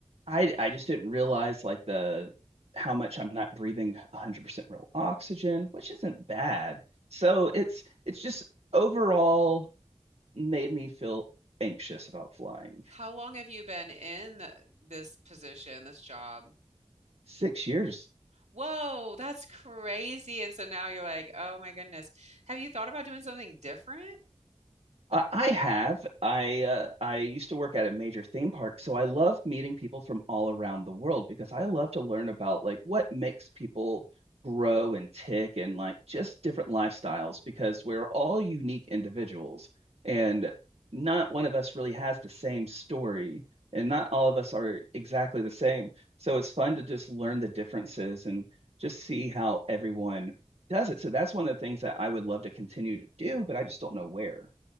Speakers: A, on the right; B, on the right.
A: I I just didn't realize like the how much I'm not breathing 100% real oxygen, which isn't bad. So it's it's just overall made me feel anxious about flying.
B: How long have you been in this position, this job?
A: Six years
B: Whoa, that's crazy. And so now you're like, oh my goodness. Have you thought about doing something different?
A: I I have. I uh, I used to work at a major theme park, so I love meeting people from all around the world because I love to learn about like what makes people grow and tick and like just different lifestyles because we're all unique individuals and not one of us really has the same story and not all of us are exactly the same. So it's fun to just learn the differences and just see how everyone does it. So that's one of the things that I would love to continue to do, but I just don't know where.